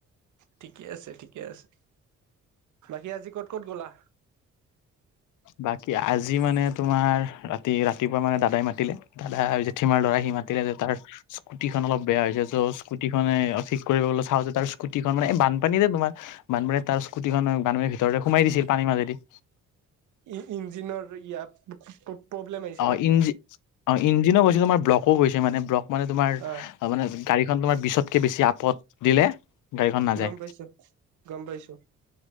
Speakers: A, on the right; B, on the left.
A: ঠিকে আছে, ঠিকে আছে। বাকী আজি ক'ত ক'ত গ'লা?
B: বাকী আজি মানে তোমাৰ ৰাতি ৰাতিপুৱা মানে দাদাই মাতিলে, দাদা জেঠি মাৰ ল'ৰা সি মাতিলে যে তাৰ স্কুটিখন অলপ বেয়া হৈছে। চ' স্কুটিখনে ঠিক কৰিবলৈ চাওঁ যে তাৰ স্কুটিখন মানে বানপানী যে তোমাৰ বানপানী তাৰ স্কুটিখন বানপানীৰ ভিতৰলে সোমাই দিছিল পানী মাজেদি।
A: ই ইঞ্জিনৰ ইয়াত প্ৰব্লেম আহিছে
B: অ
A: ন?
B: ইঞ্জ অ' ইঞ্জিনো গৈছে তোমাৰ ব্লকো গৈছে মানে। ব্লক মানে তোমাৰ-
A: অ
B: মানে গাড়ীখন তোমাৰ বিশতকে বেছি আপত দিলে গাড়ীখন নাযায়
A: গ'ম পাইছো, গ'ম পাইছো